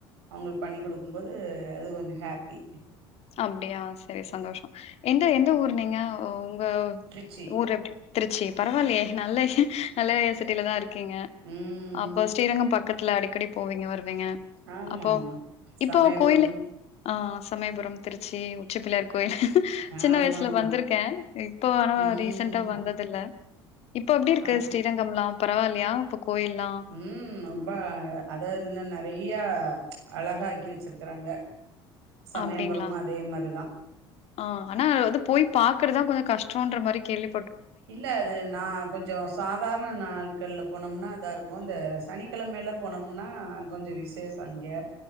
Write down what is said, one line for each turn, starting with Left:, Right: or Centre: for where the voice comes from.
Right: அவுங்களுக்கு பண்ணி குடுக்கும்போது அது கொஞ்சோ ஹேப்பி
Left: அப்டியா செரி சந்தோஷொ எந்த எந்த ஊர் நீங்க உங்க
Right: திருச்சி
Left: ஊர் எப்டி திருச்சி பரவால்லேயே நல்ல நல்லவே சிட்டில தா இருக்கீங்க
Right: ம்
Left: அப்ப ஸ்ரீரங்கம் பக்கத்துல அடிக்கடி போவீங்க வருவீங்க
Right: ஆமா
Left: அப்போ
Right: ஆமா
Left: இப்போ
Right: சமயபுரம்
Left: கோய்லு ஆ சமயபுரம் திருச்சி உச்சி பிள்ளையார் கோயில் சின்ன
Right: ஆமா
Left: வய்சுல
Right: ஆமா
Left: வந்திருக்கே இப்போ ஆனா
Right: ம்
Left: ரீசென்ட்டா வந்த தில்ல இப்ப எப்டி இருக்கு
Right: ஆ
Left: ஸ்ரீரங்கம்லா பரவால்லயா இப்ப கோயில்லா
Right: ம் ரொம்ப அத இன்னு நறையா அழகாக்கி வச்சிருக்கறாங்க சமயபுரமு
Left: அப்டிங்ளா
Right: அதே மாரிதா
Left: ஆ ஆனா அது வந்து போய் பாக்குறதா கொஞ்சொ கஷ்டோன்ற மாரி கேள்வி
Right: இல்ல அது நா கொஞ்சோ சாதாரண நாள்கள்ல போனம்னா அதாருக்கு இந்த சனிக்கெழமைல போனம்னா கொஞ்சொ விசேஷே அங்கே